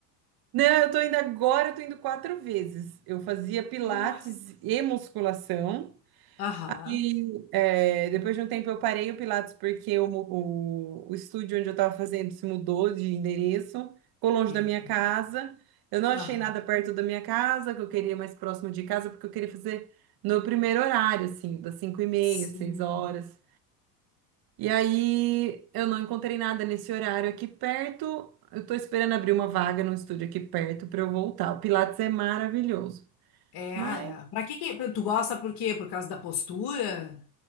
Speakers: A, on the right; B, on the left.
A: Não, eu tô indo agora, eu tô indo quatro vezes. Eu fazia pilates
B: Nossa.
A: e musculação.
B: Aham,
A: E é, depois de um tempo eu parei o pilates porque o, mu- o, o estúdio onde eu estava fazendo se mudou de endereço, ficou longe
B: tem.
A: da minha casa. Eu não achei
B: Aham.
A: nada perto da minha casa, que eu queria mais próximo de casa, porque eu queria fazer no primeiro horário, assim, das cinco e meia,
B: Sim.
A: seis horas. E aí eu não encontrei nada nesse horário aqui perto. Eu tô esperando abrir uma vaga no estúdio aqui perto para eu voltar. O Pilates é maravilhoso,
B: É,
A: mas
B: é. pra que que tu gosta por quê? Por causa da postura?